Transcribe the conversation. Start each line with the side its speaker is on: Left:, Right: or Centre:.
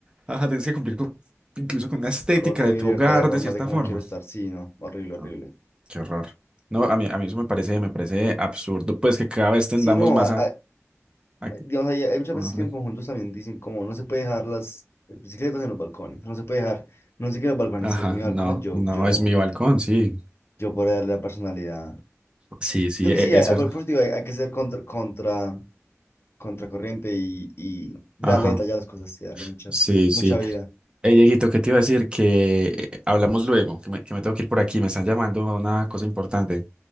Right: Ajá, tienes que cumplir con, incluso con una estética
Left: Corte
Right: de
Left: de
Right: tu
Left: mi libertad
Right: hogar,
Left: de formas
Right: de cierta
Left: de cómo
Right: forma.
Left: quiero estar. Sí, no, horrible,
Right: No,
Left: horrible.
Right: qué horror. No, a mí, a mí eso me parece, me parece absurdo, pues que cada vez tendamos
Left: Sí, no,
Right: más
Left: a-
Right: a,
Left: a-
Right: a que-
Left: digamos, hay, hay muchas
Right: a
Left: veces
Right: un orden.
Left: que en conjuntos también dicen como no se puede dejar las bicicletas en los balcones, no se puede dejar, no sé qué en los balcones,
Right: Ajá,
Left: es mi balcón,
Right: no,
Left: yo,
Right: no
Left: yo,
Right: es mi balcón, sí.
Left: yo por darle la personalidad.
Right: Sí, sí,
Left: Yo
Right: e-
Left: que sí, a,
Right: es verdad.
Left: a propósito, hay, hay que ser contra, contra, contracorriente y, y darle
Right: Ajá,
Left: detalle a las cosas, sí, darle mucha,
Right: sí, sí.
Left: mucha vida.
Right: Hey, Dieguito, ¿qué te iba a decir? Que eh, hablamos luego, que me, que me tengo que ir por aquí, me están llamando a una cosa importante.